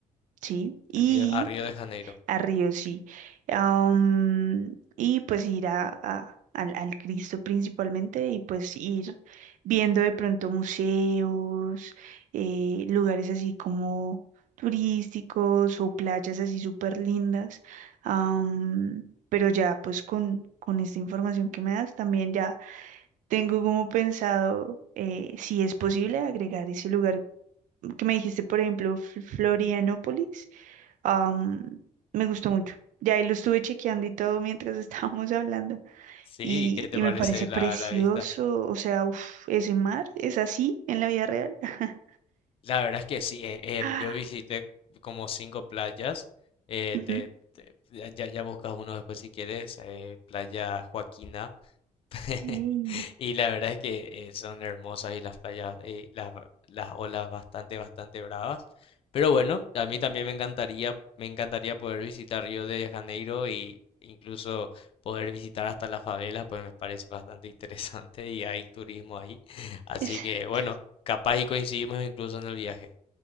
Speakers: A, on the right; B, on the left.
A: sí. Y
B: en Río- a Río de Janeiro.
A: a Río, sí. Am, y pues ir a, a- al, al Cristo principalmente y pues ir viendo de pronto museos, eh, lugares así como turísticos o playas así súper lindas. Am, pero ya pues con, con esta información que me das también ya tengo como pensado eh, si es posible agregar ese lugar que me dijiste, por ejemplo, F- Florianópolis am, me gustó mucho. Ya ahí lo estuve chequeando y todo mientras <laughs> estábamos hablando
B: Sí,
A: y,
B: ¿qué te
A: y
B: parece
A: me parece
B: la,
A: precioso,
B: la vista?
A: o sea, uf, ese mar es así en la vida real. <laughs>
B: La verdad es que sí, eh, em,
A: Ah,
B: yo visité como cinco playas. eh,
A: ujú.
B: te- te- ya, ya ya buscas uno después si quieres, eh, Playa Joaquina. <laughs>
A: Ey,
B: Y la verdad es que eh, son hermosas y las playas, eh, las, las olas bastante, bastante bravas. Pero bueno, a mí también me encantaría, me encantaría poder visitar Río de Janeiro y incluso poder visitar hasta las favelas, pues me parece bastante interesante y hay turismo ahí. <laughs> Así
A: exacto.
B: que bueno, capaz y coincidimos incluso en el viaje.